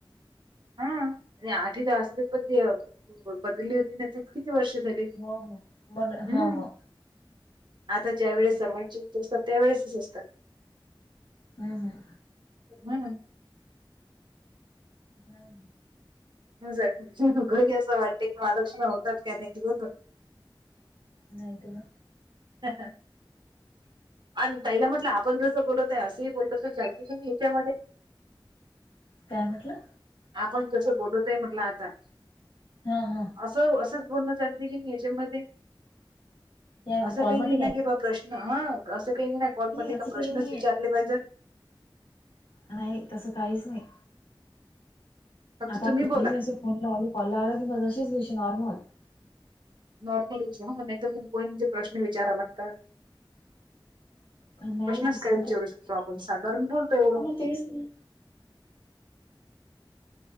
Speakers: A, on the right (about 60°); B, on the left (about 80°).
A: हा आणि आठ तास पण ते बदलली होती ना किती वर्ष झाली
B: हो हो. मन
A: हम्म
B: हो हो
A: आता ज्या वेळेस
B: हम्म
A: सर्वांची इ असतात त्यावेेळेसच असतात.
B: हम् हम्
A: हम्.
B: हम.
A: घरी असं वाटते की महालक्ष्मी होतात का नाही क होत
B: नाही त ना
A: <unintelligible> आणि ताईला म्हटलं आपण जसं बोलतय असंही बोलतो तर लत ह याच्यामध्ये
B: काय म्हटलं
A: आपण जसं बोलतय म्हटलं आता
B: हा हा
A: असं असंच बोलणं चालते की नाही याच्यामध्ये
B: या
A: असं
B: कॉलमध्ये
A: काही नाही ना
B: काय?
A: की बा प्रश्न हा असं काही नाही नाही कॉलमध्ये
B: असं
A: का प्रश्नच
B: काही नाहीये
A: विचारले पाहिजे
B: नाही तसं काहीच नाही
A: फक्त
B: आता
A: तुम्ही
B: कोणी
A: बोला
B: असं फोन लावली कॉल लावला किंवा जशीच विषय नॉर्मल
A: नॉर्मल रोज ह नाही तर कोणी म्हणे प्रश्न विचारा लागतात
B: नाही
A: प्रश्नच
B: तसं
A: काय विचारू शकतो आपण साधारण बोलतोय एवढं
B: तीस म